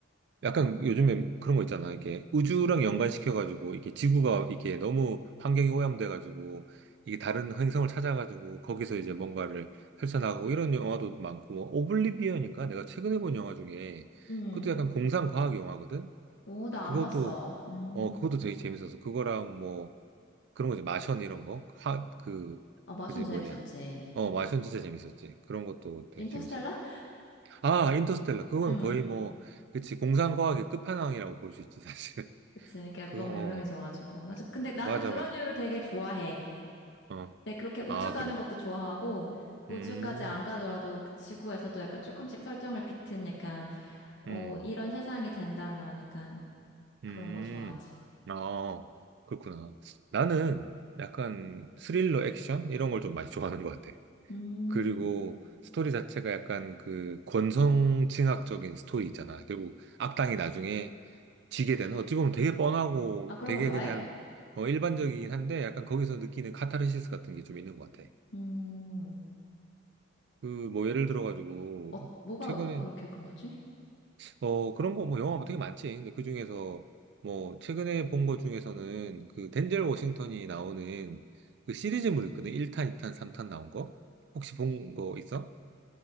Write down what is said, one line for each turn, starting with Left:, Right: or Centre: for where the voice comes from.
Right: 약간 요즘에 그런 거 있잖아. 이게 우주랑 연관시켜가지고, 이게 지구가 이게 너무 환경이 오염돼가지고, 이게 다른 행성을 찾아가지고, 거기서 이제 뭔가를 펼쳐나가고, 이런 영화도 많고, 뭐 오블리비언인가? 내가 최근에 본 영화 중에,
Left: 음,
Right: 그것도 약간 공상과학 영화거든?
Left: 오, 나
Right: 그것도
Left: 안 봤어. 음,
Right: 어 그것도 되게 재밌었어. 그거랑 뭐 그런 거지 마션 이런 거. 하 그
Left: 아, 마션
Right: 그지
Left: 재밌었지.
Right: 뭐냐. 어
Left: 음.
Right: 마션 진짜 재밌었지. 그런 것도 되게
Left: 인터스텔라?
Right: 재밌었고. 아 인터스텔라 그건
Left: 음,
Right: 거의 뭐 그치 공상과학의 끝판왕이라고 볼 수 있지 사실.
Left: 그치.
Right: <laughs>
Left: 이게
Right: 그거
Left: 너무
Right: 어
Left: 유명해져가지고. 나도, 근데 나도
Right: 맞아
Left: 그런
Right: 맞아.
Left: 류를 되게 좋아해.
Right: 어
Left: 근데 그렇게 우주
Right: 아
Left: 가는
Right: 그래.
Left: 것도 좋아하고, 우주까지
Right: 음
Left: 안 가더라도 그 지구에서도 약간 조금씩 설정을 비튼 약간, 어,
Right: 음,
Left: 이런 세상이 된다면 약간
Right: 음.
Left: 그런 거 좋아하지.
Right: 아 그렇구나. 나는 약간 스릴러 액션 이런 걸 좀 많이 좋아하는 것 같아.
Left: 음,
Right: 그리고 스토리 자체가 약간 그 권선징악적인 스토리 있잖아. 결국 악당이 나중에 지게 되는 어찌 보면 되게 뻔하고
Left: 아, 그런
Right: 되게
Left: 거 좋아해?
Right: 그냥 어, 일반적이긴 한데 약간 거기서 느끼는 카타르시스 같은 게 좀 있는 것 같아.
Left: 음,
Right: 그 뭐 예를 들어가지고
Left: 어, 뭐가
Right: 최근에
Left: 그렇게 끝나지?
Right: 어 그런 거 뭐 영화 뭐 되게 많지. 근데 그 중에서 뭐 최근에 본 것 중에서는 그 덴젤 워싱턴이 나오는 그 시리즈물 있거든. 1탄, 2탄, 3탄 나온 거. 혹시 본 거 있어?